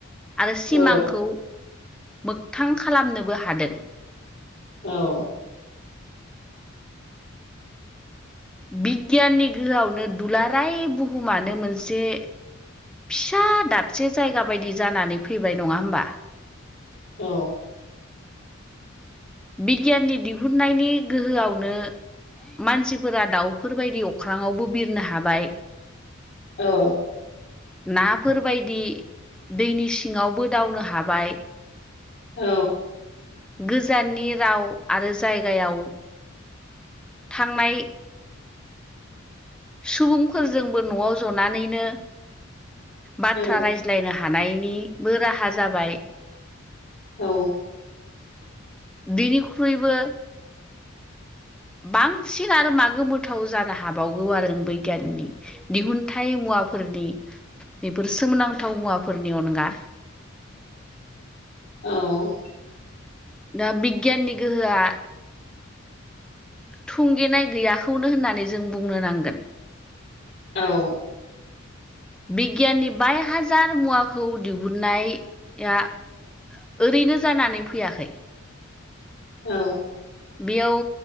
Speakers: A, in the centre; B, on the left (about 60°).
A: आरो सिमांखौ
B: औ
A: मोगथां खालामनोबो हादों।
B: औ।
A: बिगियाननि गोहोआवनो दुलाराय बुहुमानो मोनसे फिसा दाबसे जायगा बायदि जानानै फैबाय नङा होमबा?
B: औ।
A: बिगियाननि दिहुननायनि गोहोआवनो मानसिफोरा दाउफोरबायदि अख्राङावबो बिरनो हाबाय।
B: औ।
A: नाफोरबायदि दैनि सिङावबो दावनो हाबाय
B: औ।
A: गोजाननि राव आरो जायगायाव थांनाय सुबुंफोरजोंबो न'आव जनानैनो बाथ्रा
B: औ
A: राय लायनो हानायनिबो राहा जाबाय।
B: औ।
A: बेनिख्रुइबो बांसिन आरो मा गोथाव जानो हाबावगौ आरो ओ बैग्याननि दिहुनथाइ मुवाफोरनि बेफोर सोमोनांथाव मुवाफोरनि अनगा
B: औ
A: दा बिगियाननि गोहोआ थुंगेनाय गैयाखौनो होननानै जों बुंनो नांगोन।
B: औ।
A: बिगियाननि बाय हाजार मुवाखौ दिहुननाया ओरैनो जानानै फैयाखै।
B: औ।
A: बेयाव